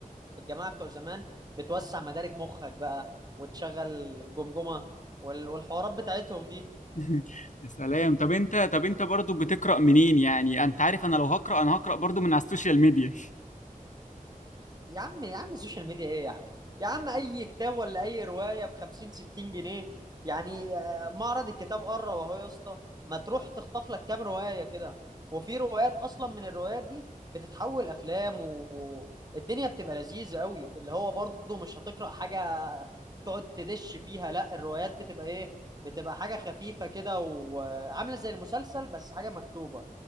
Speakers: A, on the right; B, on the left.
A: الجماعة بتوع زمان بتوسع مدارك مخك بقى وتشغل الجمجمة وال- والحوارات بتاعتهم دي
B: <laughs> يا سلام طب انت طب انت برضو بتقرأ منين يعني انت عارف انا لو هقرأ انا هقرأ برضو من على السوشيال ميديا
A: يا عم يا عم السوشيال ميديا ايه يا عم يا عم اي كتاب ولا اي روايه ب 50 60 جنيه يعني آه، معرض الكتاب قرب اهو يا اسطى ما تروح تخطف لك كام روايه كده وفي روايات اصلا من الروايات دي بتتحول افلام والدنيا بتبقى لذيذه قوي اللي هو برضه مش هتقرا حاجه تقعد تدش فيها لا الروايات بتبقى ايه بتبقى حاجه خفيفه كده وعامله زي المسلسل بس حاجه مكتوبه